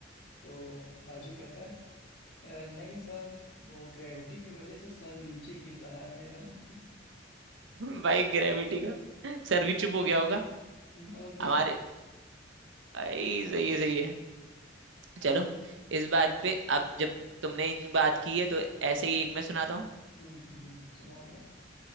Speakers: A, on the left; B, on the right.
A: तो राजू कहता है "अ, नहीं सर वो ग्रेविटी की वजह से सर नीचे गिर रहा है मेरा <laughs>
B: <laughs> भाई ग्रेविटी का सर भी चुप हो गया होगा
A: और
B: हमारे
A: क्या
B: भाई सही है सही है चलो
A: हम्म,
B: इस
A: हम्म,
B: बात पे अब जब तुमने इन बात की है तो ऐसे ही एक मैं सुनाता हूँ
A: हम्म, हम्म, सुनाओ जरा